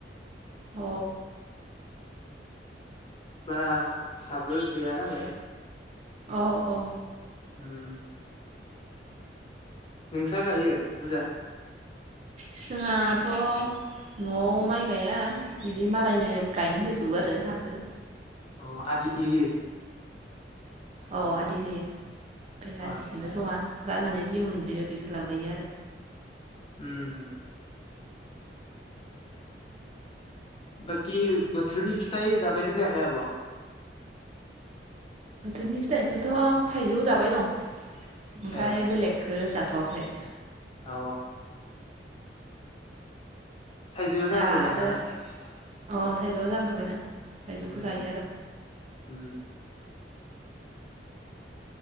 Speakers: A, on the right; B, on the left.
A: अ
B: बारा साब्र गैया नालाय <unintelligible>
A: औ औ
B: उम। नोंसा गायो बुजा।
A: जोंहाथ नआव माइ गाया बिदि मालायनो गायनो होजोबो आरो हाखो।
B: अ आदि <inaudible>
A: औ आदि होयो। बे
B: आदसा
A: आदिखोनो जमा राननानै। जि मोनबोयो बेखो लाबोयो आरो।
B: उम बाखि बोथोरनि फिथाइ जाबायानो जायाखाय आब'आ।
A: बोथोरनि फिथाइखोथ थाइजौ जाबाय दं। ओमफाय
B: ए
A: बेलेगखो जा <unintelligible>
B: अ थाइजौआ
A: दा
B: जाग्रोबायना।
A: आरो अ थाइजौआ जाग्रोबायना।
B: <unintelligible>
A: थाइजौखौ जायो आरो
B: <inaudible>